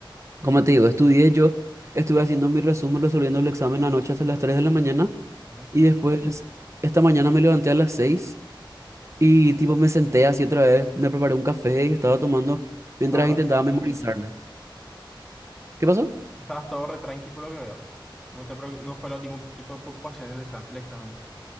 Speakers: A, on the right; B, in the centre.
A: como te digo, estudié yo, estuve haciendo mi resumen, resolviendo el examen anoche hasta las 3 de la mañana
B: Sí.
A: y después, esta mañana me levanté a las 6 y, tipo, me senté así otra vez, me preparé un café y estaba tomando mientras
B: Estabas
A: intentaba
B: todo
A: memorizarme.
B: re tranqui.
A: ¿Qué pasó?
B: Estabas todo re tranqui por lo que veo. No te preocu- no fue ningún tipo de preocupación el exam- el examen.